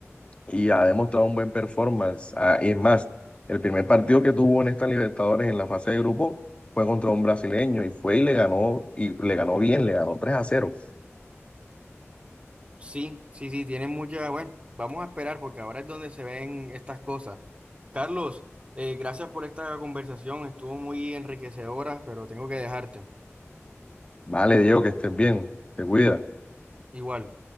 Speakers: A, on the left; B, on the right.
A: y ha demostrado un buen performance. Ah, y es más, el primer partido que tuvo en esta Libertadores en la fase de grupo fue contra un brasileño y fue y le ganó, y le ganó bien, le ganó tres a cero
B: Sí, sí, sí, tienen mucha. Bueno, vamos a esperar porque ahora es donde se ven estas cosas. Carlos, eh, gracias por esta conversación, estuvo muy enriquecedora, pero tengo que dejarte.
A: Vale, Diego, que estés bien, te cuida.
B: Igual.